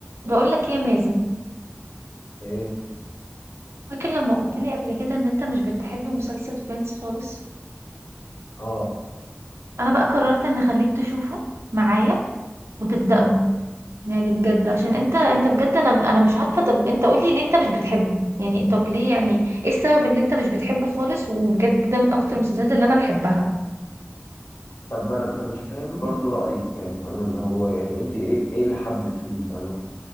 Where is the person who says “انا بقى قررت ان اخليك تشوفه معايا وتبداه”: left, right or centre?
Right